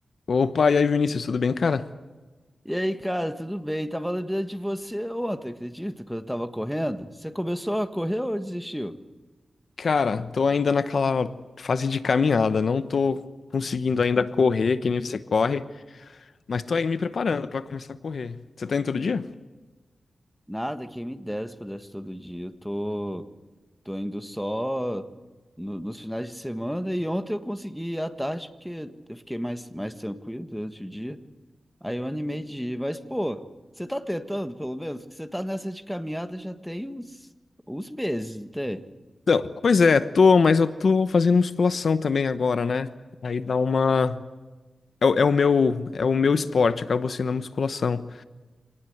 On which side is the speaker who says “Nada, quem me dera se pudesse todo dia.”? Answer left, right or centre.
Centre